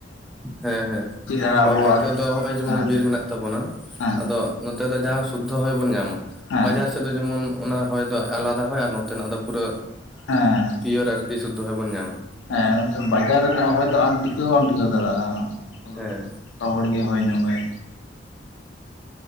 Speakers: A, in the centre; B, on the left.
A: ᱦᱮᱸ ᱦᱮᱸ ᱛᱟᱯᱚᱨ
B: ᱟᱨ ᱟᱵᱚᱣᱟᱜ
A: ᱱᱚᱛᱮ ᱫᱚ ᱦᱚᱸᱜᱼᱚᱭ ᱡᱮᱢᱚᱱ
B: ᱦᱮᱸ
A: ᱵᱤᱨ ᱢᱮᱱᱟᱜ ᱛᱟᱵᱚᱱᱟ
B: ᱦᱮᱸ
A: ᱟᱫᱚ ᱱᱚᱛᱮ ᱫᱚ ᱡᱟᱦᱟᱸ ᱥᱩᱫᱽᱫᱷᱚ ᱦᱚᱭ ᱵᱚᱱ ᱧᱟᱢᱟ
B: ᱦᱮᱸ
A: ᱵᱟ ᱡᱟ ᱛᱮᱫᱚ ᱡᱮᱢᱚᱱ ᱚᱱᱟ ᱦᱚᱭ ᱫᱚ ᱟᱞᱟᱫᱟ ᱦᱚᱭ ᱟᱨ ᱱᱚᱛᱮᱱᱟᱜ ᱫᱚ ᱯᱩᱨᱟᱹ
B: ᱦᱮᱸ
A: ᱯᱤᱭᱚᱨ ᱟᱨᱠᱤ ᱥᱩᱫᱷᱚ ᱦᱚᱭ ᱵᱚᱱ ᱧᱟᱢᱟ᱾
B: ᱦᱮᱸ ᱚᱝᱠᱮ ᱵᱟᱡᱟᱨ ᱨᱮᱱᱟᱜ ᱦᱚᱭ ᱫᱚ ᱟᱢ ᱴᱤᱠᱟᱹᱣ ᱦᱚᱸ ᱵᱟᱢ ᱴᱤᱠᱟᱹᱣ ᱫᱟᱲᱮᱜᱼᱟ᱾ ᱟᱫᱚ
A: ᱦᱮᱸ
B: ᱛᱚ ᱦᱚᱲ ᱜᱮ ᱦᱚᱭ ᱧᱚᱜᱟᱭ